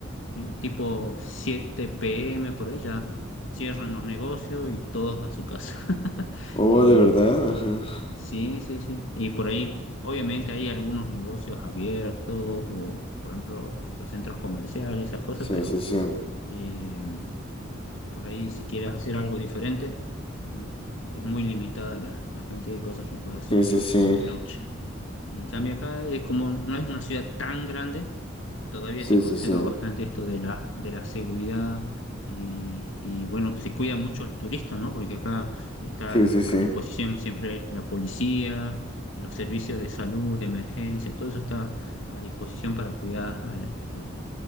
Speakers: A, on the left (about 75°); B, on the left (about 30°).
A: ¿sí? Tipo 7 p.m. por ahí ya cierran los negocios y todos a su casa. <laughs>
B: Oh,
A: Y,
B: de verdad,
A: y
B: ajá.
A: sí, sí, sí. Y por ahí, obviamente hay algunos negocios abiertos o, por ejemplo, los centros comerciales, esas cosas,
B: Sí,
A: pero...
B: sí, sí.
A: eh, por ahí, si quieres hacer algo diferente, mm, es muy limitada la, la cantidad de cosas que puedes hacer
B: Sí, sí, sí.
A: de noche. En cambio, acá es como no es una ciudad tan grande, todavía
B: Sí,
A: se conserva
B: sí, sí.
A: bastante esto de la, de la seguridad y, y, bueno, se cuida mucho al turista, ¿no? Porque acá está
B: Sí, sí, sí.
A: a disposición siempre la policía, los servicios de salud, de emergencia, todo eso está a disposición para cuidar al, al